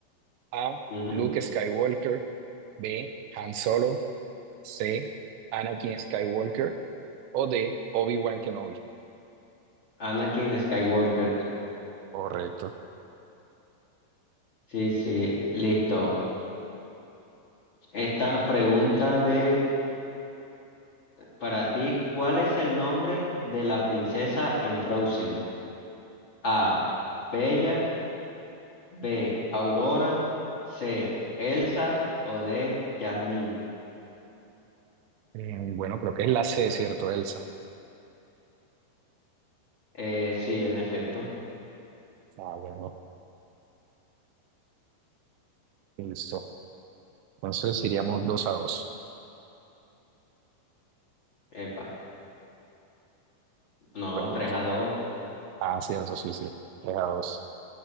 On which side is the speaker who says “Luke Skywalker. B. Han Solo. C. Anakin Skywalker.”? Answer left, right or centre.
Right